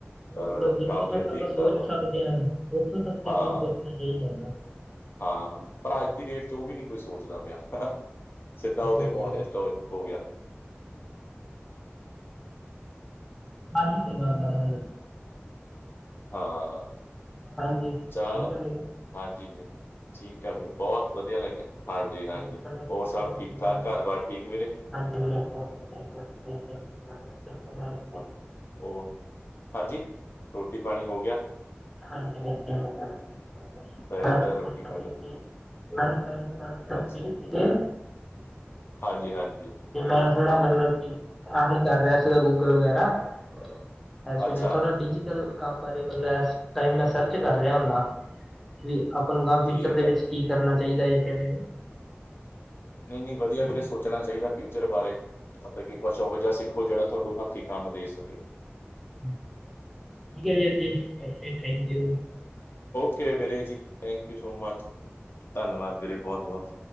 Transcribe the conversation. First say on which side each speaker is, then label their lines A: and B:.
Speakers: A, on the left; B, in the centre.
A: ਅਹ,
B: ਮਤਲਬ ਜਿੱਥੋਂ
A: ਕਾਬਲੀਅਤ
B: ਤੱਕ ਆਪਾਂ
A: ਦੇਖਦਾ
B: ਸੋਚ
A: ਵਾ
B: ਸਕਦੇ ਹਾਂ, ਉੱਥੋਂ ਤੱਕ
A: ਹਾਂ
B: ਆਪਾਂ ਨੂੰ ਸੋਚਣਾ ਚਾਹੀਦਾ ਨਾ।
A: ਹਾਂ, ਪਰ ਅੱਜ ਦੀ ਡੇਟ ਚ ਉਹ ਵੀ ਨਹੀ ਕੋਈ ਸੋਚਦਾ ਪਿਆ। ਸਿੱਧਾ ਉੱਥੇ
B: ਇਹ
A: ਪਹੁੰਚਿਆ
B: ਤਾਂ ਗੱਲ
A: ਇਸਦਾ
B: ਹੈ
A: ਉਹ ਚ ਹੋ ਗਿਆ
B: ਆਹੀ ਤੇ ਗੱਲ ਆ
A: ਹਾਂ
B: ਹਾਂਜੀ,
A: ਚਲੋ
B: ਠੀਕ ਹੈ ਫੇਰ।
A: ਹਾਂਜੀ, ਮੈਨੂੰ ਠੀਕ ਆ ਫੇਰ। ਬਹੁਤ ਵਧੀਆ ਲੱਗਿਆ, ਹਾਂਜੀ- ਹਾਂਜੀ
B: ਬਹੁਤ ਗੱਲਾਂ ਸਿੱਖਣ
A: ਹੋਰ ਸਭ
B: ਨੂੰ
A: ਠੀਕ
B: ਮਿਲੀਆਂ
A: ਠਾਕ ਘਰ ਵ ਬਸ ਠੀਕ ਵੀੇਰੇ
B: ਹਾਂਜੀ, ਵੀਰੇ ਬਹੁਤ ਵਧਿਆ, ਕਿਰਪਾ ਮਹਾਰਾਜ ਦੀ।
A: ਹੋਰ, ਹਾਂਜੀ। ਰੋਟੀ-ਪਾਣੀ ਹੋ ਗਿਆ?
B: ਹਾਂਜੀ <inaudible> <unintelligible>
A: ਦੁਪਹਿਰ ਦਾ ਰੋਟੀ-ਪਾਣੀ ਅੱਛਾ ਜੀ, ਹਾਂਜੀ-ਹਾਂਜੀ
B: ਤੇ ਮੈਂ ਥੋੜਾ ਮਤਲਬ ਕੀ ਅਹੀ ਕਰ ਰਿਹਾ ਸੀਗਾ ਗੂਗਲ ਵਗੈਰਾ <unintelligible>
A: ਅੱਛਾ,
B: ਥੋੜਾ ਡਿਜੀਿਟਲ ਬਾਰੇ ਮਤਲਬ ਇਸ ਟਾਈਮ ਮੈਂ ਸਰਚ ਕਰ ਰਿਹਾ ਹੁੰਨਾ ਵੀ ਆਪਾਂ ਨੂੰ ਗ ਫਿਊਚਰ
A: ਠੀਕ
B: ਦੇ ਵਿੱਚ
A: ਆ, ਠੀਕ
B: ਕੀ ਕਰਨਾ
A: ਆ।
B: ਚਾਹੀਦਾ ਹੈ ਕਿਵੇਂ
A: ਨਹੀ-ਨਹੀ ਵਧੀਆ
B: ਚਲੋ
A: ਵੀਰੇ ਸੋਚਣਾ ਚਾਹੀਦਾ ਫਿਊਚਰ ਬਾਰੇ ਮਤਲਬ ਕਿ ਕੁਛ ਉਹੋ ਜਿਹਾ ਸਿੱਖੋ ਜਿਹੜਾ ਉਦੋਂ ਹੱਥੀਂ ਕੰਮ ਦੇ ਸਕੇ।
B: <unintelligible> Thank you.
A: ਓ ਕੇ ਵੀਰੇ ਜੀ ਥੈਂਕ ਯੂ ਸੋ ਮਚ ਧੰਨਵਾਦ ਵੀਰੇ ਬਹੁਤ-ਬਹੁਤ।